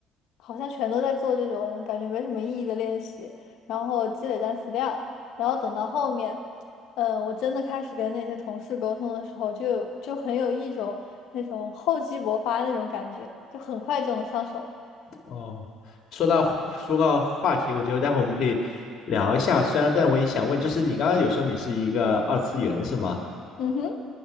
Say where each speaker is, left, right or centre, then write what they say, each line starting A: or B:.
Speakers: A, on the left; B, on the left.
A: 好像全都在做这种感觉没什么意义的练习，然后积累单词量。然后等到后面，嗯，我真的开始跟那些同事沟通的时候就，就很有一种那种厚积薄发那种感觉，就很快就能上手。
B: 哦，说到说到话题，我觉得待会我们可以聊一下。虽然，但我也想问，就是你刚刚有说你是一个二次元是吗？
A: 嗯嗯哼。